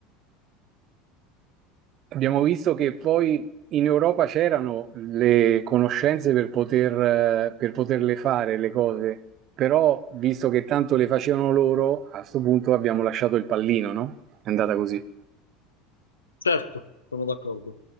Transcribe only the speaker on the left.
Certo, sono d'accordo.